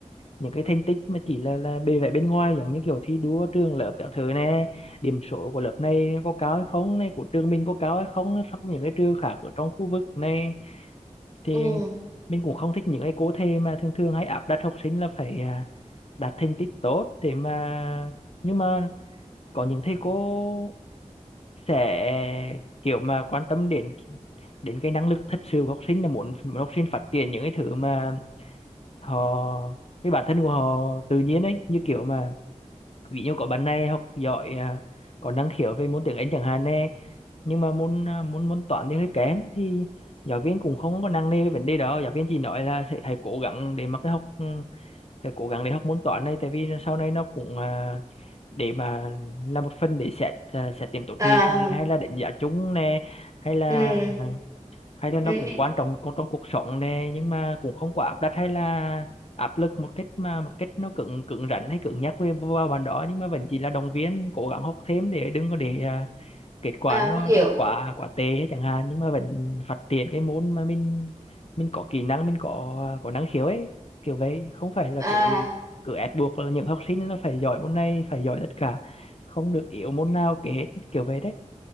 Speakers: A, on the left (about 55°); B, on the right (about 30°).
A: những cái thành tích mà chỉ là là bề vẻ bên ngoài giống như kiểu thi đua trường lớp các thứ này điểm số của lớp này có cao hay không này của trường mình có cao hay không so với những cái trường khác ở trong khu vực này thì
B: ừ
A: mình cũng không thích những cái cô thầy mà thường thường hay áp đặt học sinh là phải à, đạt thành tích tốt để mà nhưng mà có những thầy cô sẽ kiểu mà quan tâm đến đến cái năng lực thật sự của học sinh là muốn, muốn học sinh phát triển những cái thứ mà họ cái bản thân của họ tự nhiên ấy như kiểu mà ví dụ có bạn này học giỏi à, có năng khiếu về môn tiếng Anh chẳng hạn nè nhưng mà môn à, môn môn toán thì hơi kém thì giáo viên cũng không có nặng nề về vấn đề đó giáo viên chỉ nói là sẽ hãy cố gắng để mà cái học ừ, phải cố gắng để học môn toán này tại vì sau này nó cũng à, để mà là một phần để xét à, xét điểm tốt
B: à
A: nghiệp này hay là đánh giá chung nè hay là
B: ừ
A: hay là nó
B: ừ
A: cũng quan trọng con trong cuộc sống nè nhưng mà cũng không quá áp đặt hay là áp lực một cách mà một cách nó cứng cứng rắn hay cứng nhắc về vào bạn đó nhưng mà vẫn chỉ là động viên cố gắng học thêm để đừng có để à, kết quả
B: à,
A: nó
B: hiểu
A: nó quá quá tệ ấy chẳng hạn nhưng mà vẫn phát triển cái môn mà mình mình có kỹ năng mình có à, có năng khiếu ấy kiểu vậy không phải là
B: à
A: cứ cứ ép buộc là những học sinh là phải giỏi môn này phải giỏi tất cả không được yếu môn nào kể hết kiểu vậy đấy